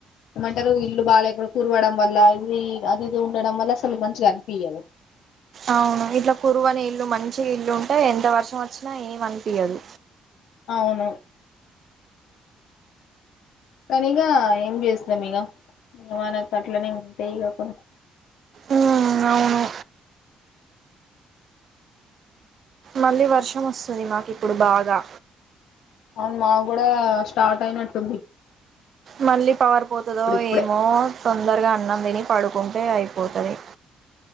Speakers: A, on the left; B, on the right.
A: ఏమంటారు ఇల్లు బాగా ఎకుడ కురవడం వల్ల ఇది అది ఇది ఉండడం వల్ల అసలు మంచిగా అనిపియదు
B: అవును ఇట్లా కురువని ఇల్లు మంచి ఇల్లు ఉంటే ఎంత వర్షం వచ్చినా ఏమి అనిపయదు
A: అవును కానీ ఇక ఏం చేస్తున్నాాం ఇక మనకు అట్లనే ఉంటాయి ఇక కొన్ని
B: ఉ అవును మళ్ళీ వర్షం వస్తుంది మాకు ఇప్పుడు బాగా
A: అవును మా కూడా స్టార్ట్ అయినట్టుంది
B: మల్లి పవర్ పోతుందో
A: ఇప్పుడిప్పుడే
B: ఏమో తొందరగా అన్నాం దిని పడుకుంటే అయిపోతుంది